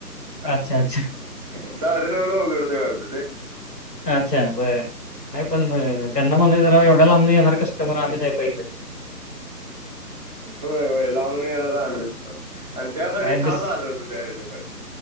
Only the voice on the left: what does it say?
अच्छा,
अच्छा.
अच्छा बरं नाही पण त्यांना म्हणायचं राव एवढ्या लांबन येणार कस्टमर आम्हीच आहे पहिलं.
काय
डिस